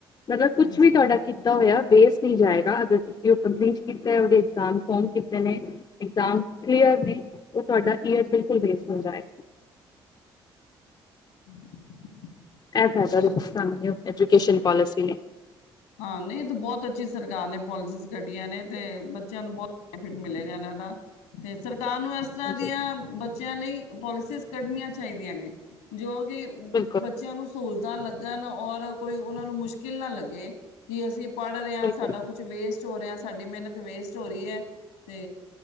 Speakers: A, on the left; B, on the left.
A: ਮਤਲਬ ਕੁੱਛ
B: ਹਾਂਜੀ
A: ਵੀ ਤੁਹਾਡਾ ਕੀਤਾ ਹੋਇਆ ਵੇਸਟ ਨਹੀਂ ਜਾਏਗਾ, ਅਗਰ ਤੁਸੀਂ ਉਹ ਕੰਪਲੀਟ ਕੀਤਾ, ਉਹਦੇ ਇਗਜਾਮ ਫੋਮ ਕੀਤੇ ਨੇ ਇਗਜ਼ਾਮ ਕਲੀਅਰ ਨੇ, ਉਹ ਤੁਹਾਡਾ ਯੀਅਰ ਬਿਲਕੁਲ ਬੇਸਟ ਹੁੰਦਾ ਏ।
B: <inaudible>
A: ਐ ਫਾਇਦਾ,
B: ਚਲ
A: <unintelligible> ਨਊ ਐਜੂਕੇਸ਼ਨ ਪੋਲਿਸੀ ਨੇ
B: ਹਾਂ, ਨਹੀਂ ਤੇ ਬਹੁਤ ਅੱਛੀ ਸਰਕਾਰ ਨੇ ਪੋਲਿਸੀਜ਼ ਕੱਢੀਆਂ ਨੇ, ਤੇ ਬੱਚਿਆਂ ਨੂੰ ਬਹੁਤ ਬੈਨੇਫਿਟ ਮਿਲੇਗਾ ਇਹਨਾਂ ਦਾ, ਤੇ ਸਰਕਾਰ ਨੂੰ ਇਸ ਤਰ੍ਹਾਂ
A: ਜੀ
B: ਦੀਆਂ
A: ਜੀ
B: ਬੱਚਿਆਂ ਲਈ ਪੋਲਿਸੀਸ ਕੱਢਣੀਆਂ ਚਾਹੀਦੀਆਂ ਨੇ, ਜੋ ਕਿ ਬ
A: ਬਿਲਕੁਲ
B: ਬੱਚਿਆਂ ਨੂੰ ਸਹੂਲਤਾਂ ਲੱਗਣ, ਔਰ ਕੋਈ ਉਹਨਾਂ ਨੂੰ ਮੁਸ਼ਕਿਲ ਨਾ ਲੱਗੇ। ਕਿ ਅਸੀਂ ਪੜ੍ਹ ਰਹੇ ਹਾਂ,
A: ਬਿਲਕੁਲ
B: ਸਾਡਾ ਕੁਛ ਵੇਸਟ ਹੋ ਰਿਹਾ, ਸਾਡੀ ਮਿਹਨਤ ਵੇਸਟ ਚੋਰੀ ਹੈ ਤੇ